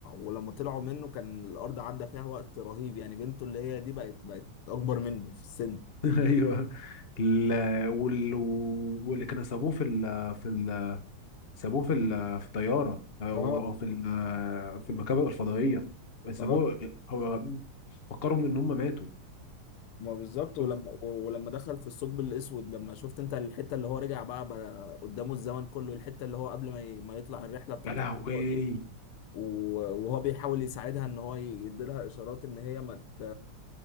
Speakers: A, on the left; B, on the left.
A: ولما طلعوا منه كان الارض عدى فيها وقت رهيب يعني بنته اللي هي دي بقت بقت اكبر منه في السن
B: <laughs> ايوه ال- وال- واللي كانوا سابوه في ال في ال سابوه في ال في الطياره او
A: اه
B: أو في ال- في المركبه الفضائيه سابوه
A: اه
B: هو فكرهم ان هم ماتوا
A: ما بالظبط ولما
B: شفت؟
A: و- ولما دخل في الثقب الاسود لما شفت انت الحته اللي هو رجع بقى, بقى قدامه الزمن كله الحته اللي هو قبل ما ي- ما يطلع الرحله بتاعه
B: يا لهوي
A: الفضاء دي و- وهو بيحاول يساعدها ان هو يديلها اشارات ان هي ما ت-